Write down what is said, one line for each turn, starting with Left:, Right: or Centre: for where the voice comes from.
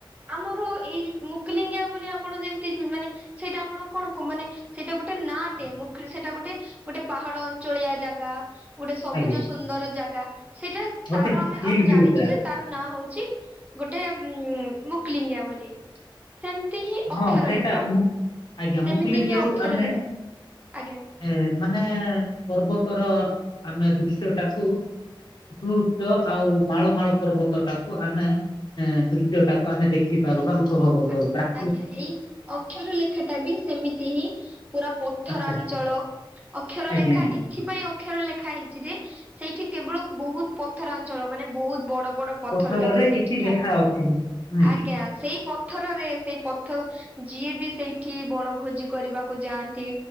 Right: ଆମର ଏଇ ମୁକୁଲିଙ୍ଗା ବୋଲି ଆପଣ ଯେମତି ମାନେ ସେଇଟା ଆପଣ କଣ କ ମାନେ। ସେଇଟା ଗୋଟେ ନାଁ ଟେ ମୁଖ ସେଇଟା ଗୋଟେ ଗୋଟେ ପାହାଡ ଅଞ୍ଚଳିଆ ଜାଗା। ଗୋଟେ ସବୁଜ
Left: ଆଜ୍ଞା
Right: ସୁନ୍ଦର ଜାଗା ସେଇଟା
Left: ଗୋଟେ
Right: ତାର ଆମେ
Left: ହିଲ୍
Right: ଆମେ
Left: ଭିଉଟା
Right: ଜାଣିଛୁ ଯେ। ତାର ନାଁ ହଉଛି ଗୋଟେ ଉଁ ମୁକ୍ଲିଙ୍ଗିଆ ବୋଲି। ସେମତି ହିଁ
Left: ହଁ
Right: ଅକ୍ଷର
Left: ସେଇଟା
Right: ଲେଖା
Left: ମୁଁ ଆଜ୍ଞା
Right: ସେମିତି
Left: ମୁକୁଳିଙ୍ଗିଆରୁ
Right: ହିଁ ଅକ୍ଷର
Left: ଆମେ
Right: ଲେଖା। ଆଜ୍ଞା।
Left: ଏ ମାନେ ପର୍ବତର ଆମେ ଦୃଶ୍ୟ ଟାକୁ। ଦେଖୁଚ ଆଉ ମାଳମାଳ ପର୍ବତ ଟାକୁ ଆମେ ଦୃଶ୍ୟଟାକୁ ଆମେ ଦେ ଖିପାରୁ ବା <unintelligible> ଭୋଗ କରୁ
Right: ଆଜ୍ଞା
Left: ପା।
Right: ଆଜ୍ଞା ଏଇ ଅକ୍ଷର ଲେଖାଟା ବି ସେମିତି ହିଁ ପୁରା ପଥରାଞ୍ଚଳ
Left: ଆଚ୍ଛା ଆଚ୍ଛା
Right: ଅକ୍ଷର
Left: ଆଜ୍ଞା
Right: ଲେଖା
Left: ଆଜ୍ଞା
Right: ଇ ଏଥିପାଇଁ ଅକ୍ଷର ଲେଖା ହେଇଛି ଯେ ସେଇଠି କେବଳ ବହୁତ ପଥରା ଅଞ୍ଚଳ ମାନେ ବହୁତ ବଡ ବଡ ପଥର
Left: ପଥରରେ
Right: ଯାକ ସେଇଠି
Left: କିଛି
Right: ଥାଏ,
Left: ଲେଖା ଅଛି ନୁହେଁ
Right: ଆଜ୍ଞା
Left: କି
Right: ସେଇ ପ ଥରରେ ସେଇ ପଥର ଯିଏ ବି ସେଇଠି ବଣଭୋଜି କରିବାକୁ ଯାଆନ୍ତି